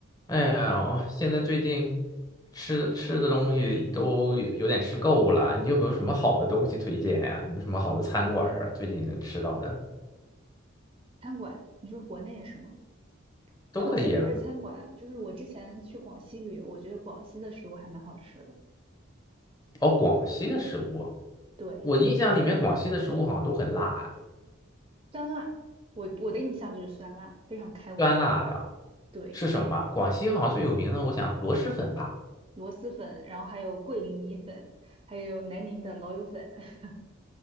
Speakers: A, on the left; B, on the right.
A: 哎呀，现在最近吃吃的东西都有有点吃够了，你有没有什么好的东西推荐呀？有没有什么好的餐馆儿啊？最近能吃到的
B: 餐馆，你说国内是吗？
A: 都可以啊。
B: 但我说的不是餐馆啊，就是我之前去广西旅游，我觉得广西的食物还蛮好吃的。
A: 哦，广西的食物啊
B: 对，
A: 我印象里面广西的食物好像都很辣呀，
B: 酸辣，我我的印象就是酸辣，非常开胃。
A: 酸辣的
B: 对，
A: 是什么？广西好像最有名的，我想螺蛳粉吧，
B: 螺蛳粉，然后还有桂林米粉，还有南宁的老友粉。<laughs>